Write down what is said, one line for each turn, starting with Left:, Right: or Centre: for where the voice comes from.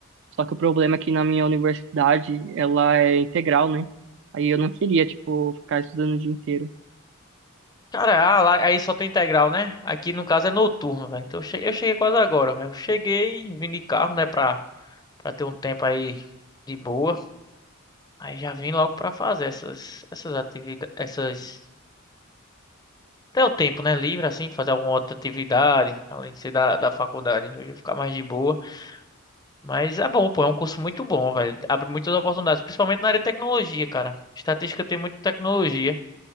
Right: só que o problema é que na minha universidade ela é integral, né? Aí eu não queria, tipo, ficar estudando o dia inteiro.
Left: Cara, ah, lá, aí só tem integral, né? Aqui no caso é noturno, velho. Então eu cheguei, eu cheguei quase agora, velho. Eu cheguei, vim de carro, né, pra, pra ter um tempo aí de boa. Aí já vim logo pra fazer essas, essas atividades, essas... Até o tempo, né? Livre, assim, fazer alguma outra atividade, além de ser da, da faculdade. Hoje eu ia ficar mais de boa. Mas é bom, pô, é um curso muito bom, velho. Abre muitas oportunidades, principalmente na área de tecnologia, cara. Estatística tem muita tecnologia.